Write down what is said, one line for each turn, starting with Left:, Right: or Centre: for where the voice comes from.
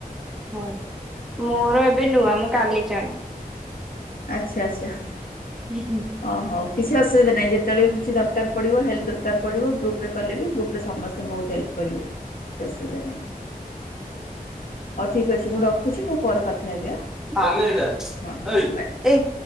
Centre: ହୁଁ ମୋର ଏବେ ନୁଆ ମୁଁ କାଲି ଚାଏଁ
Left: ଆଚ୍ଛା ଆଚ୍ଛା।
Centre: ଉଁ ହୁଁ।
Left: ହଁ ହଉ କିଛି ଅସୁବିଧା ନାହିଁ ଯେତେବେଳେ ବି କିଛି ଦରକାର ପଡ଼ିବ ହେଲ୍ପ ଦରକାର ପଡ଼ିବ ଗ୍ରୁପ୍ ରେ କଲେ ବି ଗ୍ରୁପ୍ ସମସ୍ତେଵହୁତ ହେଲ୍ପ କରିବେ କିଛି ଅସୁବିଧା ନାଇଂ। ହଉ ଠିକ୍ ଅଛି ମୁଁ ରଖୁଛି ମୁଁ ପରେ କଥା ହେବି ଆଁ।
Centre: ଆଁ ରେଏଟା
Left: ହଁ ହଁ
Centre: ଏଇଦେଇ
Left: ବାଏ